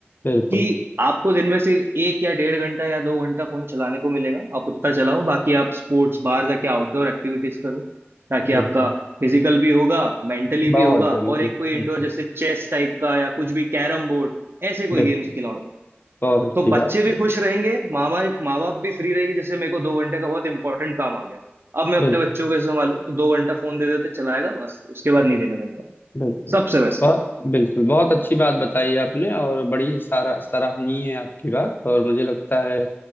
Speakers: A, on the left; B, on the right.
A: बिल्कुल
B: कि आपको दिन में से एक या डेढ़ घंटा या दो घंटा फोन चलाने को मिलेगा आप उतना चलाओ बाकी आप स्पोर्ट्स बाहर जाके आउटडोर एक्टिविटीज करो ताकि
A: बिल्कुल
B: आपका फिजिकल भी होगा मेंटली भी
A: बहुत
B: होगा
A: जरूरी
B: और एक
A: है
B: कोई
A: बिल्कुल
B: इंडोर जैसे चेस टाइप का या कुछ भी कैरम बोर्ड ऐसे कोई
A: बिल्कुल
B: गेम्स खिलाओ
A: बहुत अच्छी
B: तो
A: बात
B: बच्चे भी
A: है
B: खुश रहेंगे माँ बाप माँ बाप भी फ्री रहेगी जैसे मेरे को दो घंटे का बहुत इंपॉर्टेंट काम आ गया अब मैं
A: बिल्कुल
B: अपने बच्चों को कैसे संभालूं तो दो घंटा फोन दे देते चलाएगा बस उसके बाद नहीं देना दिन भर
A: बिल्कुल
B: सबसे बेस्ट
A: बहुत बिल्कुल बहुत अच्छी बात बताई आपने और बड़ी सारा सराहनीय है आपकी बात और मुझे लगता है आ,